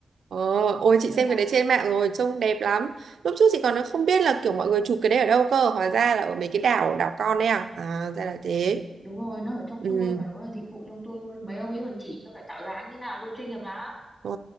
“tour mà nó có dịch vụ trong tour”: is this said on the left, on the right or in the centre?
Left